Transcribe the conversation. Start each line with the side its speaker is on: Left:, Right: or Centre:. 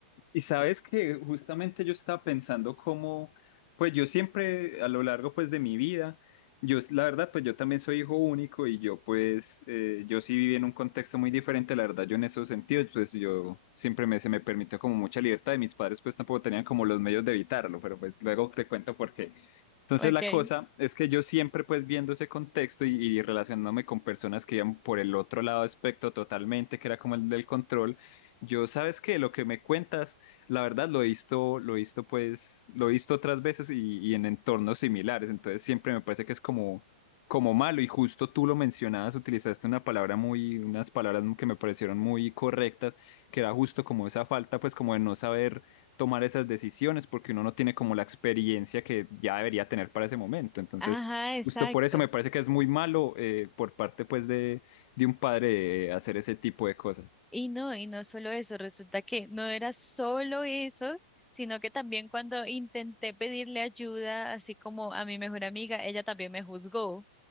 Left: Y sabes que justamente yo estaba pensando cómo, pues yo siempre a lo largo pues de mi vida, yo la verdad pues yo también soy hijo único y yo pues eh, yo sí viví en un contexto muy diferente, la verdad yo en esos sentidos pues yo siempre me, se me permitió como mucha libertad y mis padres pues tampoco tenían como los medios de evitarlo, pero pues luego te cuento por qué. Entonces
Centre: Ok.
Left: la cosa es que yo siempre pues viendo ese contexto y, y relacionándome con personas que iban por el otro lado del espectro totalmente, que era como el del control, yo sabes que lo que me cuentas... La verdad lo he visto, lo he visto pues, lo he visto otras veces y, y en entornos similares, entonces siempre me parece que es como, como malo y justo tú lo mencionabas, utilizaste una palabra muy, unas palabras que me parecieron muy correctas, que era justo como esa falta pues como de no saber tomar esas decisiones porque uno no tiene como la experiencia que ya debería tener para ese momento, entonces
Centre: Ajá, exacto.
Left: justo por eso me parece que es muy malo eh, por parte pues de, de un padre eh, hacer ese tipo de cosas.
Centre: Y no, y no solo eso, resulta que no era solo eso, sino que también cuando intenté pedirle ayuda, así como a mi mejor amiga, ella también me juzgó